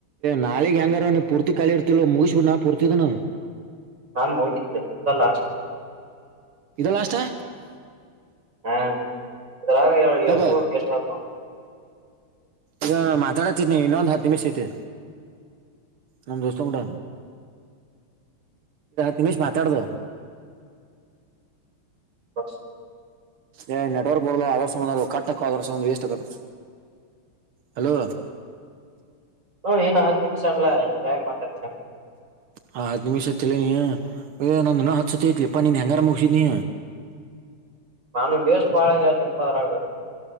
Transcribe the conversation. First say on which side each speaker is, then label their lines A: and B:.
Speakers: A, on the right; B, on the right.
A: ನಾಳಗ್ ಹೆಂಗಾರ ನೀ ಪೂರ್ತಿ ಕಾಲಿ ಇರ್ತಿಲ್ ಮುಗಿಸ್ಬಿಡ್ ನಾ ಪೂರ್ತಿದನ
B: ನಾನ್ ಹೋಗಿದ್ದೆ ಅಲ್ಲ ಅಷ್ಟೆ
A: ಕಲಸ್ಾ
B: ಹ್ಮ ಇದರ ಎಷ್ಟ
A: ಯಾಕ
B: ವಸ್ ಆ
A: ಈ ಮಾತಾಡತ್ತನಿ ಇನ್ನೊಂದು್ ಹತ್ತು ನಿಮಿಷ ತಿ ನಮ್ಮ ದಸ್ತ ಕಡ ತಿಿನಿಷ ಮಾತಾಡದು
B: ಬಸ್
A: ಏ ನೆಟ್ವರ್ಕ್ ಬರ ಅವ್ರ ಕಕ ಅದರ ಒ ವೇಸ್ಟ್ ಆಗೆ ಹಲೋ
B: ಹ ಹ ನಾ ಹತ್ತಿ ಚಾಣಲ ಮಾಡತ
A: ಹಾ ಹದ್ ನಿಮಿಷ ಹತ್ತಲ ನೀ ನು ಹತ್ಸತ್ತ ಐತ್ಲಿಪ್ಪಾ ನೀನ್ ಹೆಂಗಾರ ಮುಗಸಿದ್ ನೀ
B: ನಾನು ವೇಸ್ಟ್ ಬಾಳ ಯ ಚಪ್ಪದರಗ